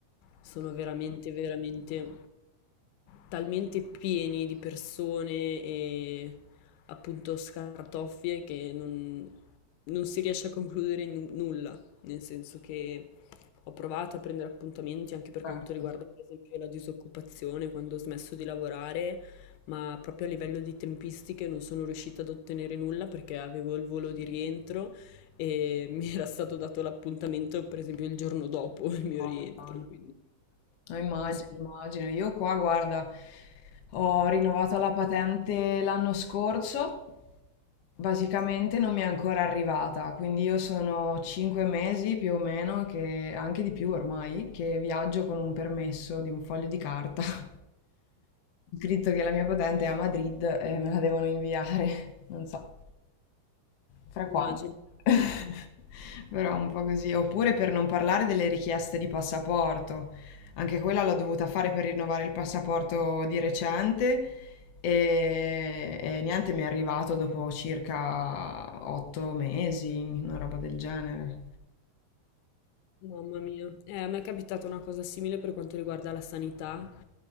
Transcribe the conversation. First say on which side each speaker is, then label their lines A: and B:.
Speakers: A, on the left (about 85°); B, on the left (about 65°).
A: sono veramente, veramente talmente pieni di persone e appunto scartoffie che non, non si riesce a concludere nu- nulla, nel senso che ho provato a prendere appuntamenti anche per
B: concerto.
A: quanto riguarda per esempio la disoccupazione quando ho smesso di lavorare ma proprio a livello di tempistiche non sono riuscita ad ottenere nulla perché avevo il volo di rientro e <laughs> mi era stato dato l'appuntamento, per esempio, il giorno dopo il mio
B: Oh,
A: rientro,
B: Madonna.
A: quindi
B: No, Immagino,
A: non so,
B: immagino. Io qua, guarda, ho rinnovato la patente l'anno scorso, basicamente non mi è ancora arrivata, quindi io sono cinque mesi più o meno, che, anche di più ormai, che viaggio con un permesso di un foglio di carta. <laughs> Scritto che la mia patente è a Madrid e me la devono inviare, <laughs> non so fra
A: immagino.
B: quanto. <laughs> Però un po' così. Oppure per non parlare delle richieste di passaporto. Anche quella l'ho dovuta fare per rinnovare il passaporto di recente e, e niente, mi è arrivato dopo circa otto mesi, una roba del genere.
A: Mamma mia, eh, a me è capitata una cosa simile per quanto riguarda la sanità,